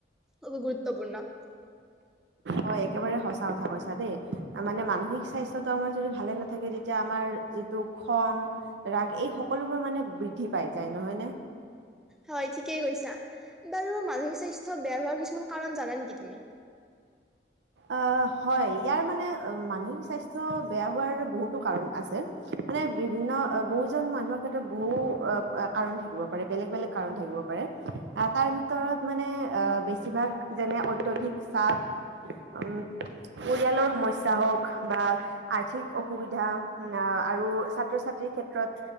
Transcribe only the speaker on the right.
হয় একেবাৰে সচা কথা কৈছা দেই, মানে মানসিক স্বাস্থ্যটো আমাৰ যদি ভালে নাথাকে তেতিয়া আমাৰ। ত খং ৰাগ এই সকলোবোৰ মানে বৃদ্ধি পাই যায় নহয় নে?
অ হয় ইয়াৰ মানে মানসিক স্বাস্থ্য বেয়া হোৱাৰ বহুতো কাৰণ আছে। মানে বিভিন্ন বহুজন মানুহৰ ক্ষেত্ৰত বহু কাৰণ থাকিব পাৰে বেলেগ বেলেগ কাৰন থাকিব পাৰে। আহ তাৰ ভিতৰত মানে আহ বেছিভাগ যেনে অত্যধিক চাপ। পৰিয়ালৰ সমস্যা হওক বা আৰ্থিক অসুবিধা আৰু ছাত্ৰ ছাত্ৰীৰ ক্ষেত্ৰত